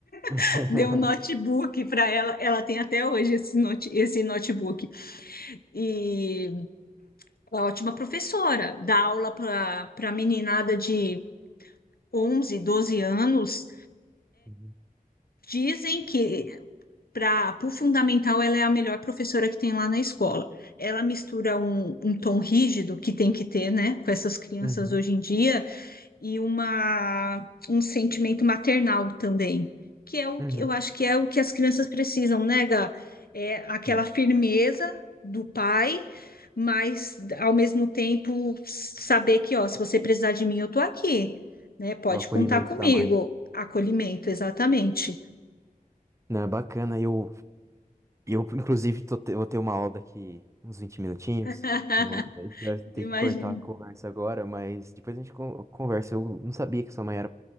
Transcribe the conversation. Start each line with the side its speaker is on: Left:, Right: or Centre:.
Right: <laughs>
Left: <laughs> deu um notebook para ela. Ela tem até hoje esse, note, esse notebook. E ela é ótima professora, dá aula para para meninada de 11, 12 anos.
Right: uhum,
Left: Dizem que para o fundamental ela é a melhor professora que tem lá na escola. Ela mistura um, um tom rígido que tem que ter, né, com essas crianças
Right: uhum,
Left: hoje em dia, e uma, um sentimento maternal também, que é o
Right: uhum.
Left: que eu acho que é o que as crianças precisam, né, Gá? É aquela
Right: Sim,
Left: firmeza do pai, mas ao mesmo tempo saber que, ó, se você precisar de mim, eu tô aqui, né? Pode
Right: É o acolhimento
Left: contar comigo.
Right: da mãe.
Left: Acolhimento, exatamente.
Right: Não, é bacana. Eu, eu inclusive, tô te- vou ter uma aula daqui uns 20 minutinhos.
Left: <laughs>
Right: Eu vou, a gente vai ter
Left: Imagino.
Right: que cortar a conversa agora, mas depois a gente con- conversa. Eu não sabia que sua mãe era,